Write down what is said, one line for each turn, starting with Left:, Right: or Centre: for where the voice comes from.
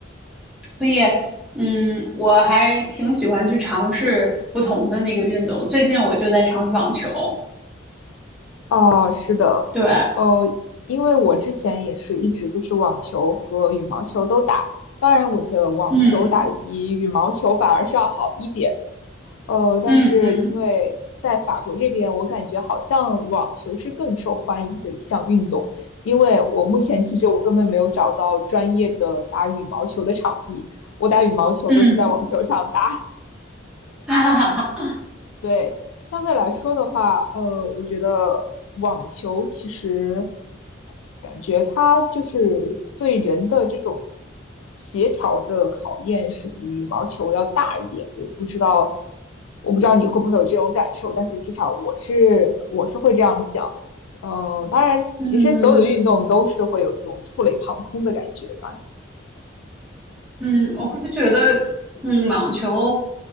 Centre: 所以，嗯，我还挺喜欢去尝试不同的那个运动。最近我就在尝试网球，
Left: 哦，是的，
Centre: 对，
Left: 呃，因为我之前也是一直就是网球和羽毛球都打，当然我的网球打得比羽毛球反而是要好一点，
Centre: 嗯
Left: 呃，但是因为在法国这边，
Centre: 嗯嗯
Left: 我感觉好像网球是更受欢迎的一项运动，因为我目前其实我根本没有找到专业的打羽毛球的场地，我打羽毛球都是在网球场打。
Centre: 嗯。<laughs> 哈哈哈，
Left: 对，相对来说的话，呃，我觉得网球其实感觉它就是对人的这种协调的考验是比羽毛球要大一点。我不知道，我不知道你会不会有这种感受，但是至少我是我是会这样想。呃，当然，其实所有的运动都是会有这种触类旁通的感觉。
Centre: 嗯，
Left: 当然，
Centre: 嗯，我会觉得，嗯，网球